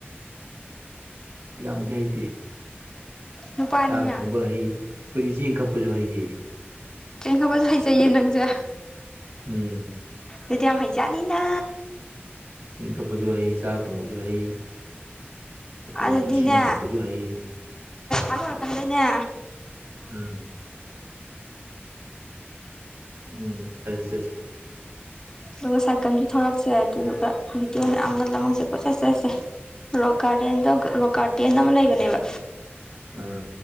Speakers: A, on the right; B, on the left.
A: ꯌꯥꯝꯗꯤ ꯍꯩꯇꯦ
B: ꯅꯨꯄꯥꯅꯤꯅ
A: ꯆꯥꯛ ꯊꯣꯡꯕ ꯍꯩ ꯑꯩꯈꯣꯏꯗꯤ ꯆꯦꯡ ꯀꯛꯄꯁꯨ ꯍꯩꯌꯦ
B: ꯇꯦꯡꯈꯕ ꯆꯥꯏꯖꯩ ꯅꯪꯖꯦ
A: ꯎꯝ
B: ꯑꯗꯨꯗꯤ ꯌꯥꯝ ꯍꯩꯖꯥꯠꯅꯤꯅ
A: ꯆꯁꯤꯡ ꯀꯞꯄꯁꯨ ꯍꯩ ꯆꯥꯛ ꯊꯣꯡꯕꯁꯨ ꯍꯩ ꯑꯩꯈꯣꯏ
B: ꯑꯗꯨꯗꯤꯅꯦ
A: ꯏꯁꯤꯡ ꯊꯛꯄꯁꯨ ꯍꯩ
B: ꯑꯣꯏꯀꯗꯅꯦ
A: ꯎꯝ ꯎꯝ ꯆ ꯆꯁꯤ
B: ꯑꯗꯨꯒ ꯁꯥꯏꯀꯜꯁꯨ ꯊꯂꯛꯁꯦ ꯑꯗꯨꯗꯨꯒ ꯚꯤꯗꯤꯑꯣ ꯃꯌꯥꯝꯒꯜ ꯂꯁꯦ ꯄꯣꯠ ꯆꯠ ꯆꯁꯦ ꯔꯣ ꯒꯥꯔꯗꯦꯟꯗ ꯔꯣꯒꯥꯔꯗꯦꯟ ꯑꯃ ꯂꯩꯕꯅꯦꯕ
A: ꯑꯥ